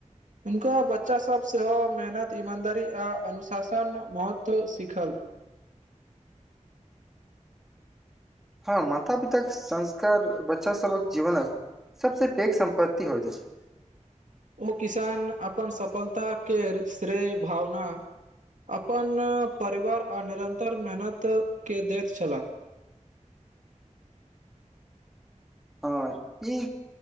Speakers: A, on the right; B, in the centre.
A: हुनका बच्चासभ सेहो मेहनत ईमानदारी आ अनुशासन महत्व सीखल।
B: हँ माता पिताक संस्कार बच्चास सभक जीवनक सबसँ पैघ सम्पत्ति होइत अछि।
A: ओ किसान अपन सफलता के श्रेय भावना। अपन परिवार आ निरन्तर मेहनत के दैत छलाह।
B: हँ ई।